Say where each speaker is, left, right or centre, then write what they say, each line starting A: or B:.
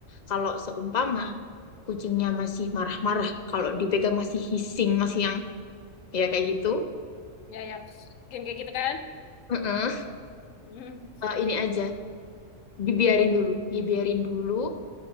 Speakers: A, on the left; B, on the left.
A: Kalau seumpama kucingnya masih marah-marah, kalau dipegang masih hissing, masih yang ya kayak gitu,
B: ya ya yang kayak gitu kan
A: eh, eh,
B: Mm-mm.
A: eh, ini aja dibiarin dulu, dibiarin dulu